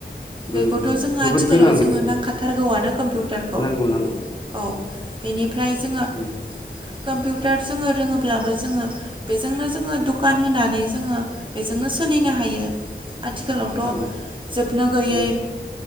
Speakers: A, on the left; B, on the right.
A: उम
B: बेखौथ' जोङो
A: जोबोद
B: आथिखालाव
A: गोनां बेबो
B: जोङो नांखाथारगौआनो कम्पिउटारखौ
A: नांगौ नांगौ
B: औ बेनिफ्राय जोङो
A: उम
B: कम्पिउटार जोङो रोङोब्लाबो जोङो बेजोंनो जोङो दुखान होनानै जोङो बेजोंनो सोलिनो हायो आथिखालावथ'
A: दानाय
B: जोबनो गैयै
A: उम